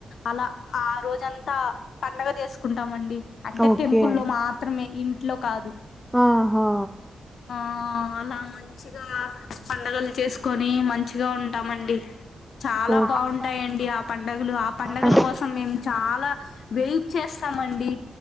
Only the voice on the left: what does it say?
అలా ఆ రోజంతా పండగ చేసుకుంటామండీ అంటే
టెంపుల్లో మాత్రమే ఇంట్లో కాదు
ఆ అలా మంచిగా పండగలు చేసుకొని మంచిగా ఉంటామండి చాలా
బాగుంట బాగుంటాయండి ఆ పండుగలు ఆ పండుగల
కోసం మేము చాలా వెయిట్ చేస్తామండి